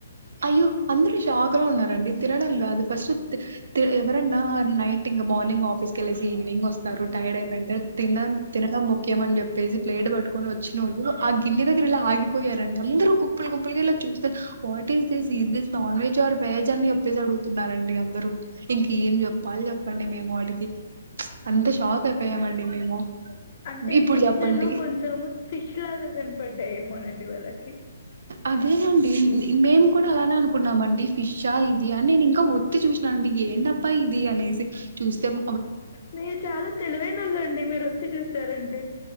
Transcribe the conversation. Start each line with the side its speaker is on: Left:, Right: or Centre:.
Right: అయ్యొ అందురు షాక్ లొ ఉన్నారండి తినడం గాదు ఫస్ట్ త్ త్ ఎవరన్నా నైటింగ మార్నింగ్ ఆఫీస్కెళ్సేసి ఈవినింగొస్తారు టైడైపొయ్ంటర్ తినం తినడం ముఖ్యమన్ జేప్పేసి ప్లేట్ బట్ ట్కోనొచ్చినోళ్ళు అ గిన్నె దగ్గరిలా ఆగిపోయారండి అంద్రూ గుప్పులు గుంపులుగిలా చూస్తా what teas this is this non veg or veg అన్ జెప్పేసి అడుగ్తున్నారండి అందరూ ఇంకేం జెప్పాలి జెప్ప ప్పండి మేము ఆటికి ప్చ్ అంత షాకైపోయామండి మేము
Left: అంటే
Right: ఇప్పుడు
Left: పిచ్చెలు
Right: చెప్పండి
Left: కొంచము ఫిష్ లాగ కన్పడ్డాయేమోనండి వాళ్ళకి
Right: అదేనండి మె మేమ్ కూడా అలానే అనుకున్నామండి ఫిష్షా ఇది అన్ నేనింకా వొత్తి చూష్నాన్ డి ఏంటప్పా ఇది అనేసి చూస్తేమ్
Left: మీర్ చాలా తెలివైనొళ్ళండి మీరొత్తి జూసారంటె